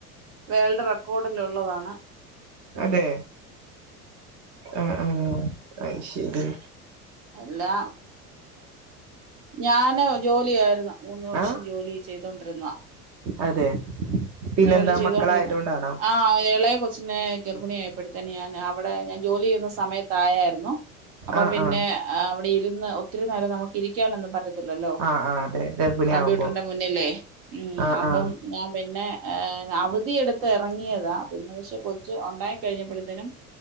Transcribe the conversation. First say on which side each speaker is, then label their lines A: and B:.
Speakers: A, on the right (about 60°); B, on the right (about 35°).
A: വേൾഡ് റെ ക്കോർഡ്ലെയുള്ളതാണ്.
B: അതെ ആ ആ ആയിശേരി
A: എല്ലാം ഞാന് ജോലി ആയിരുന്നു മൂന്ന് വർഷം
B: ആ
A: ജോലി ചെയ്തോണ്ടിരുന്നാ.
B: അതെ പിന്നെന്താ
A: ജോലി ചെയ്തോണ്ടിരുന്ന
B: മക്കളായതുകൊണ്ടാണോ
A: ആ ഇളയെ കൊച്ച് ന്നേ ഗർഭിണിയ ആയപ്പാതെന്നെ ഞാൻ അവിടെ ഞാൻ ജോലി ചെയ്യുന്ന സമയത്ത ആയായിരുന്നു. അപ്പൊ
B: ആ
A: പിന്നെ
B: ആ
A: അവിടെ ഇരു രിന്നു ഒത്തിരി നേരം നമുക്ക് ഇരി രിക്കാനൊന്നും പറ്റത്തില്ലല്ലോ.
B: ആ ആ അതെ ഗർഭിണി
A: കമ്പ്യൂട്ടറിന്റെ
B: ആവുമ്പോ
A: മുന്നിലേ മം
B: ആ
A: അപ്പം
B: ആ
A: ഞാൻ പിന്നെ എ അവധി എടുത്ത് ഇറങ്ങിയതാ പിന്നെ പക്ഷെ കൊച്ച ഉണ്ടായി ണ്ടായി കഴിഞ്ഞപ്പോഴത്തനും